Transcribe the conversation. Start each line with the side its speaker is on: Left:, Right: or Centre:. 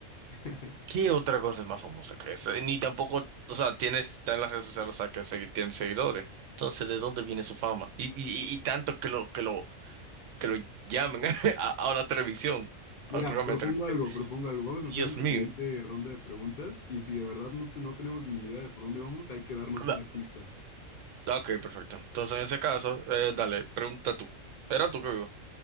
Left: <laughs>
Right: ¿Qué otra cosa es más famosa que esa? Ni tampoco, o sea, tiene, está en las redes sociales, o sea, que segui- tiene seguidores. Entonces, ¿de dónde viene su fama? Y, y, y y tanto que lo, que lo, que lo llamen <laughs> a, a la televisión,
Left: Mira,
Right: al programa
Left: propongo
Right: de televisión.
Left: algo, propongo algo. Vamos
Right: Dios
Left: a hacer una
Right: mío.
Left: siguiente ronda de preguntas y si de verdad no, te- no tenemos ni idea de por dónde vamos, hay que darnos
Right: Ah,
Left: una pista.
Right: Ok, perfecto. Entonces, en ese caso, eh, dale, pregunta tú. Era tú que vivo.